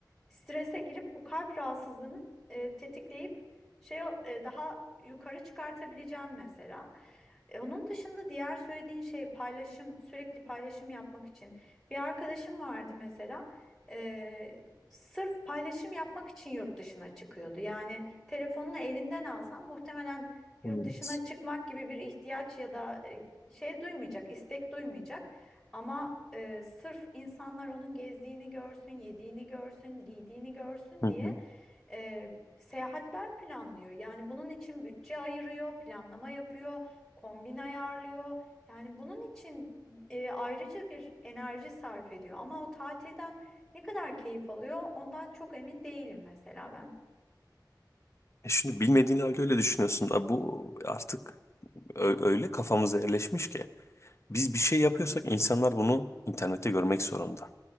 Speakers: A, in the centre; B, on the left (about 40°).
A: strese girip bu kalp rahatsızlığını e, tetikleyip şey o- e, daha yukarı çıkartabileceğim mesela. E, onun dışında diğer söylediğin şey paylaşım, sürekli paylaşım yapmak için. Bir arkadaşım vardı mesela. e, sırf paylaşım yapmak için yurt dışına çıkıyordu. Yani telefonunu elinden alsam muhtemelen yurt
B: Hmm.
A: dışına çıkmak gibi bir ihtiyaç ya da e, şey duymayacak, istek duymayacak. Ama e, sırf insanlar onun gezdiğini görsün, yediğini görsün, giydiğini görsün
B: Hı
A: diye
B: hı.
A: e, Seyahatler planlıyor. Yani bunun için bütçe ayırıyor, planlama yapıyor, kombin ayarlıyor. Yani bunun için e, ayrıca bir enerji sarf ediyor. Ama o tatilden ne kadar keyif alıyor, ondan çok emin değilim mesela ben.
B: E şimdi bilmediğin halde öyle düşünüyorsun. Abi bu artık ö- öyle kafamıza yerleşmiş ki. Biz bir şey yapıyorsak insanlar bunu internette görmek zorunda.